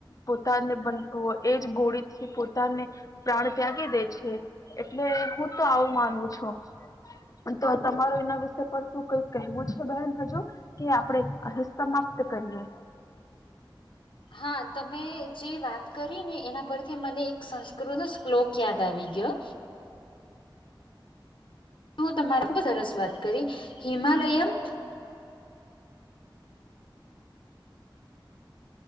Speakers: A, on the left (about 45°); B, on the left (about 75°).
A: પોતાને બ એજ ગોળીથી પોતાને પ્રાણ ત્યાગી દે છે એટલે હું તો આવું માનું છું. પણ તો તમારો એના વિશે શું કઈક કહેવું છે બહેન હજુ કે આપણે અહીં સમાપ્ત કરીએ?
B: હા તમે જે વાત કરી ને એના પરથી મને એક સંસ્કૃત શ્લોક કયાદ આવી ગયો. હું તમારે ખબ સરસ વાત કરી હિમાલયમમ્